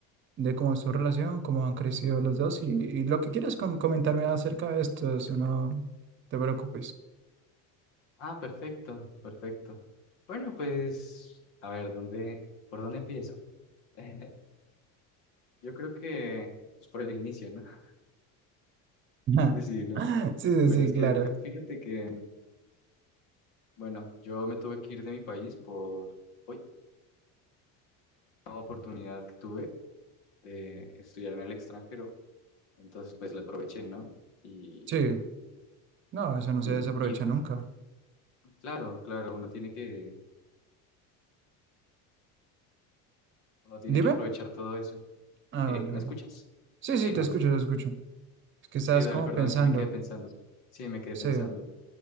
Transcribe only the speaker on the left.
Ah, perfecto, perfecto. Bueno, pues, a ver, ¿dónde, por dónde empiezo? <laughs> yo creo que, pues por el inicio, ¿no? <laughs>
Pues Sí, ¿no?
Bueno,
es que
fí- fíjate que, bueno, yo me tuve que ir de mi país por, uy, una oportunidad que tuve de estudiar en el extranjero. Entonces, pues la aproveché, ¿no? Y,
<clears throat>
y
claro, claro, uno tiene que, uno tiene
que aprovechar todo eso.
Eh,
¿me
escuchas?
Sí,
¿no?
Sí.
Sí, dale,
perdón,
es que me quedé pensando. Sí, me quedé
pensando.